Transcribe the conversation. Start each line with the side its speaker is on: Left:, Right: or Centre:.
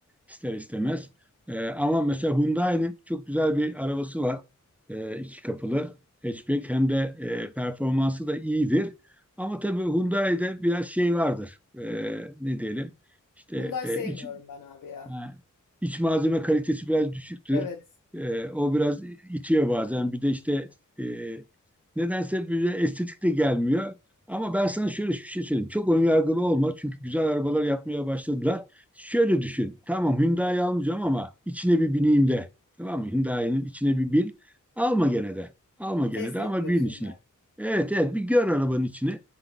Centre: ister istemez.
Left: Evet.
Centre: Ee, ama mesela Hyundai'nin çok güzel bir arabası var. Ee, iki kapılı hatchback hem de e, performansı da iyidir. Ama tabii Hyundai'de biraz şey vardır. Ee, ne diyelim? İşte
Left: Hyundai
Centre: e,
Left: sevmiyorum
Centre: iç,
Left: ben abi ya.
Centre: Ha, İç malzeme kalitesi biraz düşüktür.
Left: Evet.
Centre: Ee, o biraz itiyor bazen. Bir de işte e, nedense böyle estetik de gelmiyor. Ama ben sana şöyle bir şey söyleyeyim. Çok ön yargılı olma. Çünkü güzel arabalar yapmaya başladılar. Şöyle düşün. Tamam Hyundai almayacağım ama içine bir bineyim de. Tamam mı? Hyundai'nin içine bir bin. Alma gene de. Alma gene
Left: Test
Centre: de ama
Left: et diyorsun
Centre: bin içine.
Left: yani.
Centre: Evet evet bir gör arabanın içini.